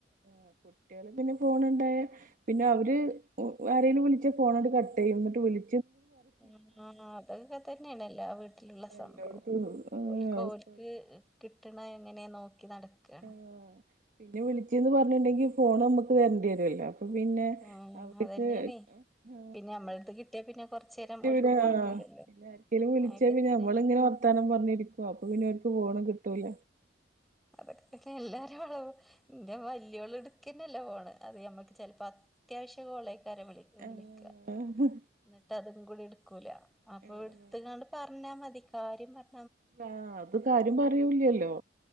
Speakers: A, on the right; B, in the centre.
A: ആ കുട്ടിയേള് പിന്നെ ഫോണ് ണ്ടായ പിന്നെ അവര് <unintelligible> ആരേലും വിളിച്ച ഫോണാണ്ട് കട്ട് ചെയ്യും ഇന്നട്ട് വിളി
B: ഉം ആ അതൊക്കെ തന്നെയാണ് എല്ലാ വീട്ടിലുള്ള സംഭവം
A: എല്ലോടത്തും
B: ഓൽക്ക്
A: അവസ്ഥ
B: ഓൽ ക്ക് കിട്ടണത് എങ്ങനെ നോക്കി നടക്കാണ്
A: ആഹ് പിന്നെ വിളിച്ച്ന്ന് പറഞ്ഞിണ്ടെങ്കിൽ ഫോൺ നമക്ക് തരണ്ടിയെരൊല്ലൊ അപ്പൊ പിന്നെ
B: ആഹ്
A: അവർക്ക്
B: അതന്നെയാണേ
A: ആ
B: പിന്നെ നമ്മളടുത്ത് കിട്ടിയാ പിന്നെ കൊറച്ചേരം
A: കിട്ടൂല
B: ഓൽക്ക് കൊടുക്കൂലല്ലോ
A: ആ പിന്നെ ആർക്കേലും വിളിച്ചാ
B: അതൊക്കെ
A: പിന്നെ
B: തന്നെ
A: നമ്മളിങ്ങനെ വർത്താനം പറഞ്ഞിരിക്കും അപ്പൊ പിന്നെ
B: ഉം
A: ഓൽക്ക് ഫോണ് കിട്ടൂല
B: അതൊക്കെ തന്നെ എല്ലാരിം വളവ് ഇന്റെ വല്യോള് ഇടുക്കന്നെല്ല ഫോണ് അതെ നമ്മക്ക് ചിലപ്പോ അത്യാവശ്യ കോളേക്കാര വിളി
A: ആഹ്
B: വിളിക്ക എന്നിട്ടതും ങ്കൂടിട്ക്കൂല അപ്പൊ
A: ആഹ്
B: ഇട്ത്ത്കാണ്ട് പറഞ്ഞാ മതി കാര്യം പർ
A: അ അത് കാര്യം പറയൂലല്ലോ